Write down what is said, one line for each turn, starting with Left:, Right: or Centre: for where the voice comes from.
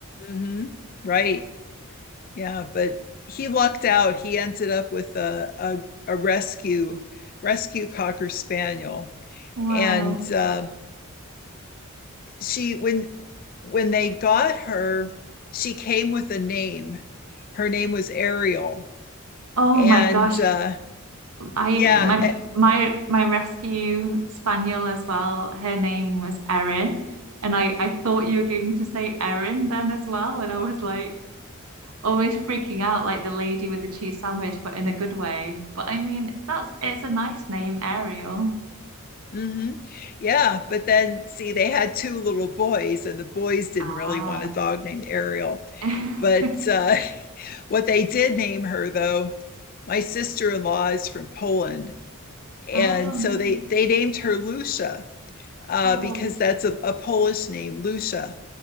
Left: hmm right yeah but he lucked out he ended up with a a, a rescue rescue cocker spaniel
Right: Wow.
Left: and uh, she when when they got her she came with a name her name was Ariel
Right: Oh
Left: and
Right: my gosh.
Left: uh
Right: I
Left: yeah
Right: my
Left: eh,
Right: my my rescue spaniel as well. Her name was Erin, and I I thought you were going to say Erin then as well, and I was like almost freaking out like the lady with the cheese sandwich, but in a good way. But I mean, that's it's a nice name, Ariel.
Left: mhm. yeah but then see they had two little boys and the boys didn't
Right: Ah.
Left: really want a dog named ariel
Right: <laughs>
Left: but uh <laughs> what they did name her though my sister-in-law is from poland and
Right: Oh,
Left: so
Right: nice.
Left: they they named her lucia uh
Right: Oh,
Left: because that's a, a polish name lucia